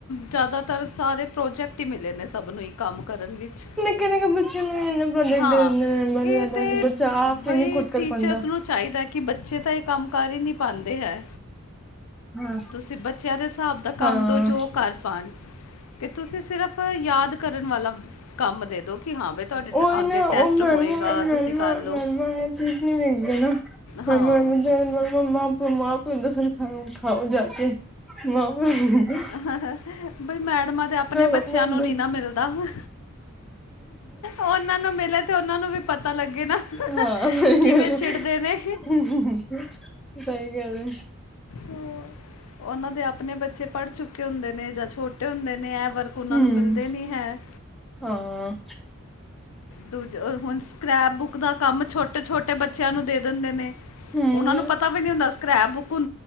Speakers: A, on the left; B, in the centre.
A: ਜ਼ਿਆਦਾਤਰ ਸਾਰੇ ਪ੍ਰੋਜੈਕਟ ਈ ਮਿਲੇ ਨੇ। ਸਭ ਨੂੰ ਹੀ ਕੰਮ ਕਰਨ ਵਿੱਚ
B: ਕਈਆਂ ਦੇ ਬੱਚਿਆਂ ਨੂੰ ਵੀ ਇੰਨਾ ਪ੍ਰੋਡਜੈਕਟ
A: ਹਾਂ
B: ਦੇ ਦਿੰਦੇ
A: ਇਹ ਤੇ
B: ਨੇ ਕਿ ਬੱਚਾ ਆਪ
A: ਬਈ
B: ਹੀ ਨ ਖੁਦ ਕਰ
A: ਟੀਚਰਸ
B: ਪਾਦਾ।
A: ਨੂੰ ਚਾਹੀਦਾ ਕਿ ਬੱਚੇ ਤਾਂ ਇਹ ਕੰਮ ਕਰ ਹੀ ਨਹੀ ਪਾਦੇ ਐ।
B: ਹਾਂ
A: ਤੁਸੀਂ ਬੱਚਿਆਂ ਦੇ ਹਿਸਾਬ ਦਾ
B: ਹਾਂ
A: ਕੰਮ ਦੋ ਜੋ ਉਹ ਕਰ ਪਾਣ। ਕਿ ਤੁਸੀਂ ਸਿਰਫ਼ ਯਾਦ ਕਰਨ ਵਾਲਾ, ਕੰਮ ਦੇ ਦੋ ਕਿ ਹਾਂ ਬਈ ਤੁਹਾਡੇ
B: ਉਹੀ
A: ਆਉਂਦੇ
B: ਨਾ ਉਹ
A: ਟੈਸਟ
B: ਮੈਮਡਮਾ
A: ਹੋਏਗਾ ਤੁਸੀਂ ਕਰ ਲਓ
B: ਇਹ ਚੀਜ਼ ਨੀ ਦੇਖਦੇ ਨੇ।
A: ਹਾਂ
B: ਹੁਣ ਇੰਨੇ ਜਾਣਾ ਐ। ਮਾਂ ਪਿਓ- ਮਾਂ ਪਿਓ ਹੁੰਦਾ ਸਿਰ ਖਾਓ ਜਾ ਕੇ ਮਾਂ ਪਿਓ, ਹ
A: ਹਾ--ਬਈ ਮੈਡਮਾਂ ਦੇ ਆਪਣੇ
B: ਆਪਣਾ
A: ਬੱਚਿਆਂ
B: ਹਮ
A: ਨੂੰ ਨੀ ਨਾ ਮਿਲਦਾ ਹੇ--ਓ, ਉਹਨਾਂ ਨੂੰ ਮਿਲੇ ਤੇ ਉਹਨਾਂ ਨੂੰ ਵੀ ਪਤਾ ਲੱਗੇ ਨਾ,
B: ਹਾਂ ਬਾਈ ਗੱਲ
A: ਕਿਵੇਂ ਚਿੜਦੇ
B: ਐ
A: ਨੇ
B: ਹੁਹੁ ਸਈ ਗੱਲ ਐ,
A: ਹਾ--ਉਹਨਾਂ ਦੇ ਆਪਣੇ ਬੱਚੇ ਪੜ੍ਹ ਚੁੱਕੇ ਹੁੰਦੇ ਨੇ, ਜਾਂ ਛੋਟੇ ਹੁੰਦੇ ਨੇ, ਨਈ ਐ ਵਰਕ ਉਹਨਾਂ
B: ਹਮ
A: ਨੂੰ ਮਿਲਦੇ ਨੀ ਹੈ,
B: ਹਾਂ।
A: ਦੂਜ, ਹੁਣ, ਸਕ੍ਰੈਪ ਬੁੱਕ ਦਾ ਕੰਮ ਛੋਟੇ -ਛੋਟੇ ਬੱਚਿਆਂ ਨੂੰ ਦੇ ਦਿੰਦੇ ਨੇ,
B: ਹਮ
A: ਉਹਨਾ ਨੂੰ ਪਤਾ ਵੀ ਨਹੀਂ ਹੁੰਦਾ ਸਕ੍ਰੈਪ ਬੁੱਕ ਹੁੰ,